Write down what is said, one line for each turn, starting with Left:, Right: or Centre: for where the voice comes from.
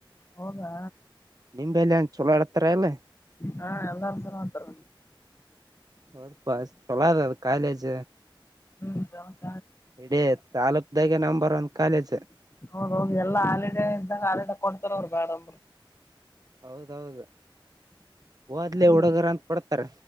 Left: ಹೌದಾ
Right: ನಿಮಲೆಏ ಚಲೋ ಆಡ್ <inaudible>
Left: ಹಾ ಎಲ್ಲರ್ಸ ಮಾತರ
Right: ಹೊ ಬಸ್ ಚಲ ಕಾಲಜ
Left: ಹಿತ <unintelligible>
Right: ಇಡೀ ತಾಲೂಕ್ದಾಗೆ ನಂಬರ್ ಒನ್ ಕಾಲೇಜ
Left: ಹೌದ ಹೌದ ಎಲ್ಲಾ ಹಾಲಿಡೆ ಇದ್ದಾಗ ಹಾಲಿಡೆ ಕೊಡ್ತಾರ ಅವರು ಬ್ಯಾಡಂದ್ರ
Right: ಹೌದೌದು ಓದ್ಲಿ
Left: ನಿಮ್
Right: ಹುಡುಗರ ಅಂತ ಕೊಡ್ತಾರ